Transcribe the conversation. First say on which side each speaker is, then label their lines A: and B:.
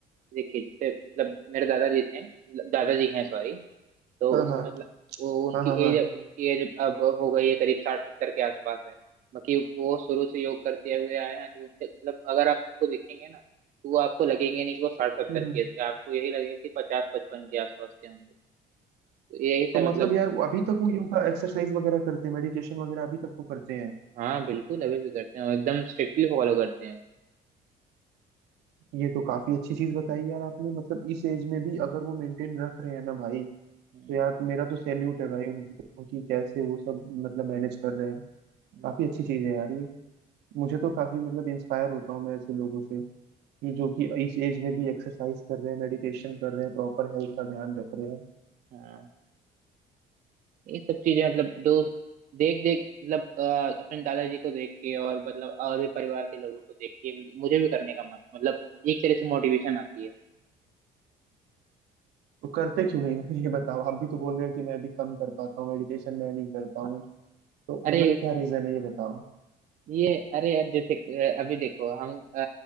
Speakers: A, on the right; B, on the right.
A: देखिए जैसे मतलब मेरे दादाजी थे मतलब दादाजी हैं सॉरी तो
B: हाँ
A: उस
B: हाँ
A: मतलब वो उनकी
B: हाँ हाँ हाँ
A: एज उनकी एज अब हो गई है करीब साठ सत्तर के आसपास है बाकी वो शुरू से योग करते हुए आए हैं तो उनके मतलब अगर आप उनको देखेंगे ना तो वो आपको लगेंगे नहीं कि वो साठ सत्तर
B: हम्म
A: के
B: हम्म।
A: थे आपको यही लगेगा कि पचास पचपन के आसपास के होंगे तो यही
B: तो
A: सब मतलब
B: मतलब यार वो अभी तक वो योगा एक्सरसाइज वगैरह करते हैं मेडिटेशन वगैरह अभी तक वो करते हैं
A: हाँ बिल्कुल अभी भी करते हैं और एकदम स्ट्रिक्टली फॉलो करते हैं
B: ये तो काफी अच्छी चीज बताई यार आपने मतलब इस एज में भी अगर वो मेंटेन रख रहे हैं ना भाई तो
A: हम्म,
B: यार मेरा तो सैल्यूट है भाई उनको कि कैसे वो सब मतलब मैनेज कर रहे हैं
A: हम्म।
B: काफी अच्छी चीज है यार ये मुझे तो काफी मतलब इंस्पायर होता हूँ मैं ऐसे लोगों से कि जो कि
A: हम्म,
B: इस एज में भी एक्सरसाइज कर रहे हैं मेडिटेशन कर रहे हैं प्रॉपर हेल्थ का ध्यान रख रहे हैं
A: हाँ ये सब चीजें मतलब दोस्त देख देख मतलब अ, अपने दादाजी को देख के और मतलब और भी परिवार के लोगों को देख के मुझे भी करने का मन मतलब एक तरह से मोटिवेशन आती है
B: तो करते क्यों नहीं हो फिर ये बताओ आप भी तो बोल रहे हो कि मैं भी कम कर पाता हूँ मेडिटेशन मैं नहीं करता हूँ
A: हाँ,
B: तो
A: अरे
B: मतलब क्या रीजन है ये बताओ
A: ये अरे यार जैसे अ, अभी देखो हम अ,